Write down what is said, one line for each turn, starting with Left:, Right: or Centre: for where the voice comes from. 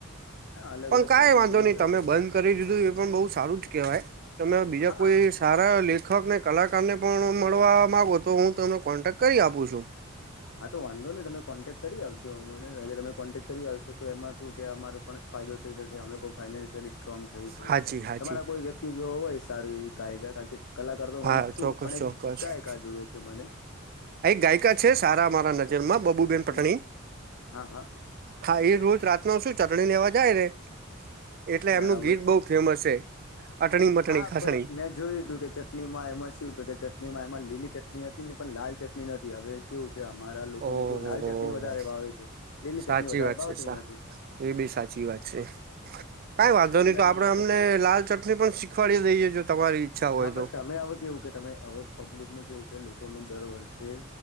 Left: હા અલગ
Right: પણ
Left: અલગ
Right: કાઈ
Left: ટાઈપનું
Right: વાંધો
Left: બધું
Right: નહી,
Left: થઈ
Right: તમે
Left: શકે
Right: બંધ
Left: છે
Right: કરી દીધું એ પણ બહુ સારું જ કહેવાય. તમે આ બીજા
Left: હા
Right: કોઈ સારા લેખકને, કલાકારને પણ મળવા માગો તો, હું તમને કોન્ટેક કરી આપું છું.
Left: હા, તો વાંધો નય તમે કોન્ટેક્ટ આપજો, મને વહેલા તકે કોન્ટેક્ટ કરી આલશો. તો એમાં શું કે અમારો પણ ફાયદો થઈ જશે, અમે પણ ફાઈન્શયલી સ્ટ્રોંગ થઈ,
Right: હાજી હાજી
Left: તમારા કોઈ વ્યક્તિ ક્તિ જો હોય સારી એવી ગાયિકા કારણ કે, કલાકાર તો
Right: હા
Left: હું છું
Right: ચોક્કસ
Left: પણ એક
Right: ચોક્કસ આ
Left: ગાયિકા જોવે છે, મને
Right: એક ગાયિકા છે સારા મારા નજરમાં, બબુબેન પટણી
Left: હમ હા હા
Right: હા, એ રોજ રાતના શું ચટણી લેવા જાય ને એટલે એમનું
Left: બરાબર
Right: ગીત
Left: છે
Right: બહુ ફેમસ છે, અટણી, મટણી,
Left: હા
Right: ખસણી
Left: પણ મેં જોયું તું કે ચટણી માં એમાં શું હતું કે, ચટણીમાં એમાં લીલી ચટણી હતી ને, પણ લાલ ચટણી નતી હવે એવું છે અમારા લોકોને
Right: ઓહ
Left: કેવું લાલ ચટણી વધારે ભાવે છે, લીલી
Right: સાચી
Left: ચટણી વધારે
Right: વાત
Left: ભાવતી
Right: છે સા
Left: નથી.
Right: એ બી સાચી વાત છે, કઈ વાંધો
Left: એટલે
Right: નહી તો આપડે
Left: એ કરતા
Right: એમને લાલ ચટ ને પણ શીખવાડી દઈએ છ, તમારી ઈચ્છા હોય
Left: હા, પણ
Right: તો
Left: તમે હવે કેવું કે તમે હવે પબ્લિક નું કેવું છે લોકો નું દર વર્ષે